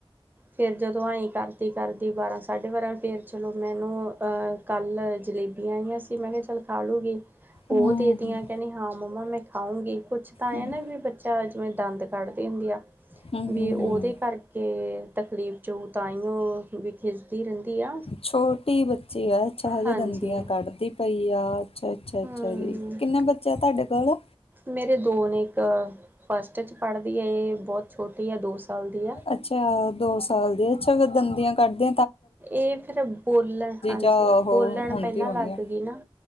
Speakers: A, on the right; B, on the left.
A: ਫਿਰ ਜਦੋਂ ਆਏਂ ਕਰਦੀ ਕਰਦੀ ਬਾਰਾਂ ਸਾਢੇ ਬਾਰਾਂ ਫਿਰ ਚਲੋ ਮੈਂ ਏਨੂੰ ਅ ਕੱਲ੍ਹ ਜਲੇਬੀਆਂ ਆਈਆਂ ਸੀ ਮੈਂ ਕਿਹਾ ਚੱਲ ਖਾ ਲੂਗੀ ਉਹ
B: ਹਮ
A: ਦੇਤੀਆਂ
B: ਹਮ
A: ਕਹਿੰਦੀ ਹਾਂ ਮੰਮਾ ਮੈਂ ਖਾਊਂਗੀ ਕੁਛ ਤਾਂ ਏ
B: ਹਮ
A: ਨਾ ਵੀ ਬੱਚਾ ਜਿਵੇਂ ਦੰਦ ਕੱਢਦੀ ਹੁੰਦੀ ਆ
B: ਹਮ
A: ਵੀ
B: ਹਮ
A: ਉਹਦੇ
B: ਹਮ
A: ਕਰਕੇ ਤਕਲੀਫ 'ਚ ਹੋਊ ਤਾਂਹੀਓ ਵੀ ਖਿਝੀ ਦੀ ਰਹਿੰਦੀ ਆ
B: ਛੋਟੀ ਬੱਚੀ ਆ ਚਾਹੇ
A: ਹਾਂਜੀ
B: ਦੰਦੀਆਂ ਕੱਢਦੀ ਪਈ ਆ ਅੱਛਾ ਅੱਛਾ ਅੱਛਾ
A: ਹੂੰ
B: ਜੀ ਕਿੰਨੇ ਬੱਚੇ ਆ ਤੁਹਾਡੇ ਕੋਲ
A: ਮੇਰੇ ਦੋ ਨੇ ਇੱਕ ਫਸਟ 'ਚ ਪੜ੍ਹਦੀ ਆ ਇਹ ਬਹੁਤ ਛੋਟੀ ਆ ਦੋ ਸਾਲ ਦੀ ਆ
B: ਅੱਛਾ ਦੋ ਸਾਲ ਦੀ ਅੱਛਾ ਫਿਰ ਦੰਦੀਆਂ ਕੱਢਦੀ
A: ਇਹ ਫਿਰ ਬੋਲਣ ਹਾਂਜੀ
B: ਜਾਂ
A: ਬੋਲਣ
B: ਉਹ ਹੁੰਦੀ
A: ਪਹਿਲਾਂ
B: ਹੋਣੀ
A: ਲੱਗ
B: ਆ
A: ਗੀ ਨਾ